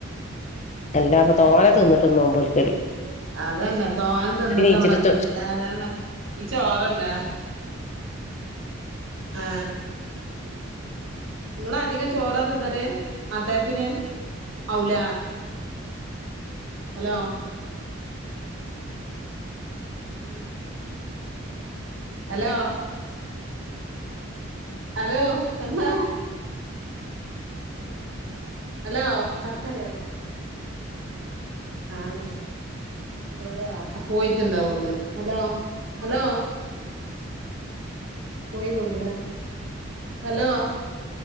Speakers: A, on the left (about 35°); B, on the right (about 70°).
A: എല്ലാ ഇപ്പ തോലെ തിന്നിട്ട് നോവുമ്പോും
B: അതന്നെ തോന്നി ന്നിട്ട്
A: നീച്ചിട്ട്
B: ഇവിടെന്ന അന്നെ ഈ ചോറല്ലേ ആ നിങ്ങള അധികം ചോറാത്തന്നല്ലേ അത്താഴത്തിന്ഔല ഹലോ നി നകന ഹലോ ഹലോ എന്താ ഹലോ കായോ ആമ പോയാ പോയിട്ടുണ്ടാവ കള് ഹലോ ഹലോ പോയിതള്ളൂല്ലേ ഹലോ